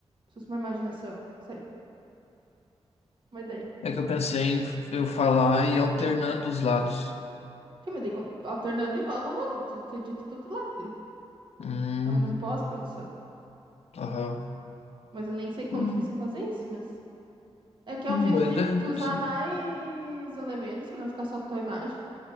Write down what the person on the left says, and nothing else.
É que eu pensei em eu falar e ir alternando os lados.
Hum,
aham.
Hum,
hum,
boa
ideia, Hudson.